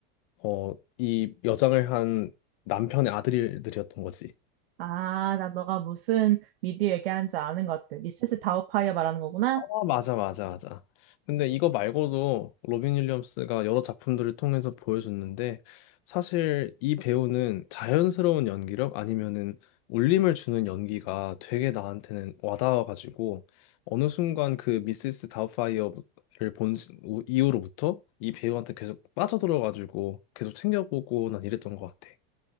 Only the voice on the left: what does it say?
어, 이 여장을 한 남편의 아들들이었던 거지.
아, 맞아, 맞아, 맞아. 근데 이거 말고도 로빈 윌리엄스가 여러 작품들을 통해서 보여줬는데 사실 이 배우는 자연스러운 연기력 아니면은 울림을 주는 연기가 되게 나한테는 와닿아가지고 어느 순간 그 미시스 다우파이어를 본 시- 우- 이후로부터 이 배우한테 계속 빠져들어가지고 계속 챙겨보고 난 이랬던 것 같아.